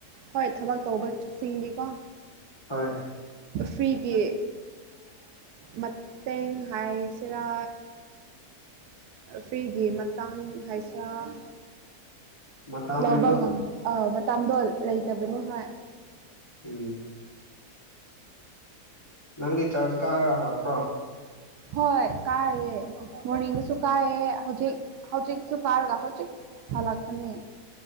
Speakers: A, on the right (about 80°); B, on the left (about 20°).
A: ꯍꯣꯏ ꯊꯕꯛ ꯇꯧꯕꯁꯤꯡꯗꯤꯀꯣ
B: ꯍꯣꯏ
A: ꯐꯔꯤ ꯀꯤ ꯃꯇꯦꯡ ꯍꯥꯏꯁꯤꯔꯥ ꯐ꯭ꯔꯤꯒꯤ ꯃꯇꯥꯡ ꯍꯥꯏꯁꯤ ꯌꯥ
B: ꯃꯇꯝꯗꯣ
A: ꯂꯧꯕꯝ ꯉꯝ ꯑ ꯇꯝꯗꯣ ꯂꯩꯇꯕꯅꯤ ꯍꯣꯏ
B: ꯎꯝ ꯅꯪꯒꯤ ꯆꯔꯆ ꯀꯥꯔꯒ ꯂꯥꯛꯄ꯭ꯔꯣ
A: ꯍꯣꯏ ꯀꯥꯏꯑꯦ ꯃꯣꯔꯅꯤꯡꯁꯨ ꯀꯥꯏꯑꯦ ꯍꯧꯖꯤꯛ ꯍꯧꯖꯤꯛꯁꯨ ꯀꯥꯔꯒ ꯍꯧꯖꯤꯛ ꯍꯂꯛꯄꯅꯦ